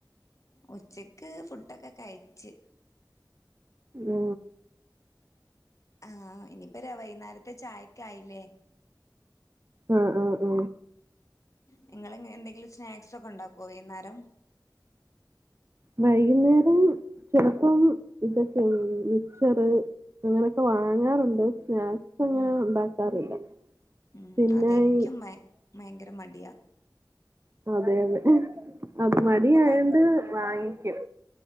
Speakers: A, on the left; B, on the right.
A: ഉച്ചക്ക് ഫുഡൊക്കെ കഴിച്ച്.
B: ഓ
A: ആഹ ഇനിയിപ്പോ വൈകുന്നേരത്തെ ചായക്കയില്ലേ?
B: ആഹ ഉ ഉ
A: നിങ്ങൾ എന്തെങ്കിലും സ്നാക്സ് ഒക്കെ ഉണ്ടാക്കുവോ വൈകുന്നേരം
B: വൈകുന്നേരം ചിലപ്പം ഇതൊക്കെ മിച്ചറ് അങ്ങനൊക്കെ വാങ്ങാറുണ്ട്. സ്നാക്സ് അങ്ങനെ
A: ഉം
B: ഉണ്ടാക്കാറില്ല.
A: ഉം
B: പിന്നെ
A: അതെനിക്കും
B: ഈ
A: ഭയങ്കര മടിയാ
B: അതെ അതെ അത് മടി
A: ഇപ്പൊ
B: ആയണ്ട്
A: ക
B: വാങ്ങിക്കും.